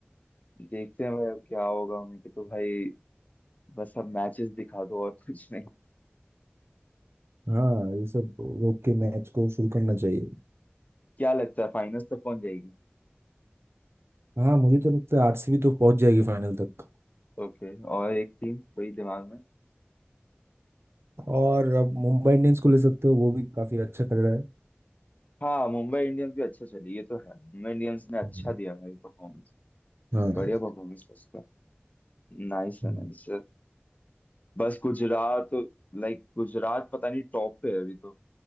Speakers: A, on the left; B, on the right.
A: देखते हैं भाई अब क्या होगा मेरे को तो भाई बस अब मैचेस दिखा दो और कुछ नहीं
B: हाँ ये सब रोक के मैच को शुरू करना चाहिए
A: क्या लगता है फाइनल्स तक कौन जाएगी
B: हाँ मुझे तो लगता है आरसीबी तो पहुंच जाएगी फाइनल तक
A: ओके और एक टीम कोई दिमाग
B: और अब मुंबई इंडियंस को ले सकते हो वो भी काफी अच्छा कर रहा है
A: हाँ मुंबई इंडियंस भी अच्छा चली ये तो है मुंबई इंडियंस ने अच्छा
B: हम्म।
A: दिया भाई परफॉर्मेंस
B: हाँ
A: बढ़िया परफॉर्मेंस है उसका नाइस
B: हम्म।
A: है नाइस है बस गुजरात लाइक गुजरात पता नहीं टॉप पे है अभी तो